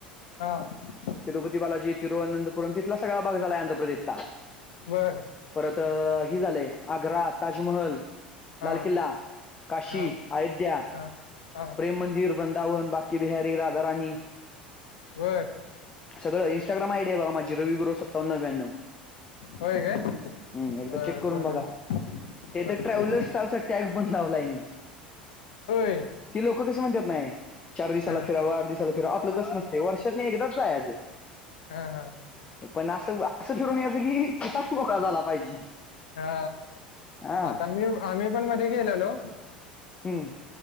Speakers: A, on the left (about 65°); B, on the left (about 20°).
A: हा.
B: तिरुपती बालाजी तिरुअनंतपुरम तिथला सगळा भाग झाला आहे आंध प्रदेशचा
A: बर.
B: परत हे झालंय आग्रा ताजमहल
A: हा
B: लाल किल्ला काशी
A: हा
B: अयोध्या.
A: हा हा
B: राम मंदिर वृंदावन बाकी बिहारी राधा राणी.
A: बर.
B: सगळ इंस्टा्राम आयडी आहे बघा माझी रवी गुरव सत्तावन्नव.
A: होय
B: हम्म
A: काय
B: एकदा चेक करून
A: बरोबर
B: बघा
A: बरोबर
B: ते तर ट्रॅव्हालर्स स्टार. टॅग पण लावलाय मी.
A: होय.
B: की लोकं कशी? म्हणतात नाय. चार दिसाला
A: हा
B: फिरावं, आठ दिसाला फिरावं, आपलं तस नसते. वर्षातन एकदाच जायाच.
A: हा हा
B: पण असं असं फिरून यायचं की खिसाच मोकळा झाला पाहिजे.
A: हा
B: हा
A: आता मी आम्ही पण मध्ये गेलेलो.
B: हम्म.